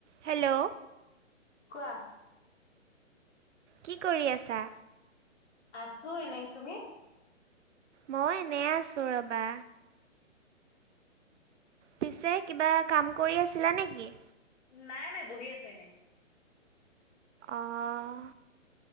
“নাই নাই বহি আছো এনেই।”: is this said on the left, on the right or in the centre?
Left